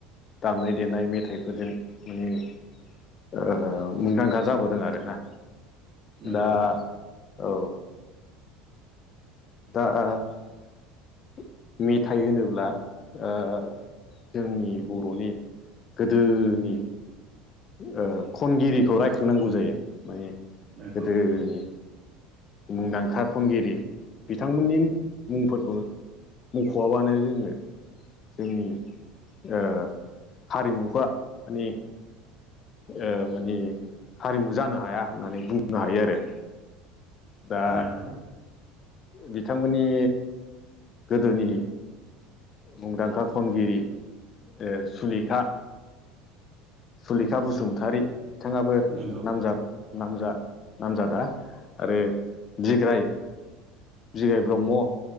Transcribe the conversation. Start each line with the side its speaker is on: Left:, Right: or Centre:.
Left: दामनाय देनाय मेथाइफोरजों माने ओ मुंदांखा जाबोदों आरोना
Right: नंगौ
Left: दा औ दा ओ मेथाइ होनोब्ला ओ जोंनि बर'नि गोदोनि ओ खनगिरिखौ रायखांनांगौ जायो माने
Right: नंगौ
Left: गोदोनि मुंदांखा खनगिरि बिथांमोननि मुंफोरखौ मुख'आबानो जोङो जोंनि ओ हारिमुफा् माने ओ माने हारिमु जानो हाया होननानै बुंनो हायो आरो दा
Right: नंगौ
Left: बिथांमोननि गोदोनि मुंदांखा खनगिरि ओ सुलेखा सुलिखा बसुमतारि बिथाङाबो
Right: नंगौ
Left: नामजाब नामजा नामजादा आरो बिग्राय बिगाय ब्रह्म